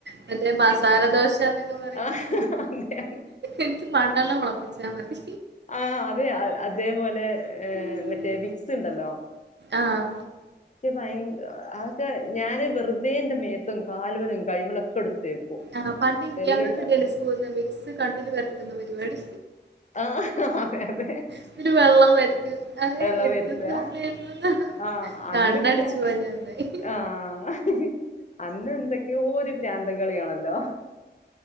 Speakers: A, on the right; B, on the left.
A: മറ്റേ മസാല ദോശ എന്നൊക്കെ പറയുന്നത്
B: ആഹ് അതെ
A: എനിക്ക് മണ്ണെണ്ണ മണപ്പിച്ചാ മതി
B: ആഹ് അതെ അതേപോലെ ഏ
A: ഉം
B: മറ്റേ വിക്സ് ഉണ്ടല്ലോ
A: ആഹ്
B: ഭയങ്ക അതൊക്കെ ഞാൻ വെറുതേന്റെ മേത്തും കാലുമേലും കയ്യിമേലൊക്കെ എടുത്ത് തേക്കും
A: ആ പണ്ട്
B: സ്മെല്ല്
A: ഞങ്ങൾക്
B: കിട്ടാൻ
A: ഉണ്ടായിരുന്നു
B: വേണ്ടി
A: സ്കൂളിന്ന് വിക്സ് കണ്ണില് പെരട്ടുന്ന പരിപാടി
B: ആ അതെ അതെ
A: ഇതില് വെള്ളം വരട്ടും അത്
B: വെള്ളം
A: എന്ത്
B: വെരുത്തുക
A: പ്രാന്തായിരുന്നുന്നോ
B: ആഹ് അന്ന്
A: കണ്ണടിച്ചു
B: പിന്നെ
A: പോവാഞ്ഞത് നന്നായി
B: ആഹ് അന്ന് എന്തൊക്കെയോ ഒരു പ്രാന്ത് ന്തം കളിയാണല്ലോ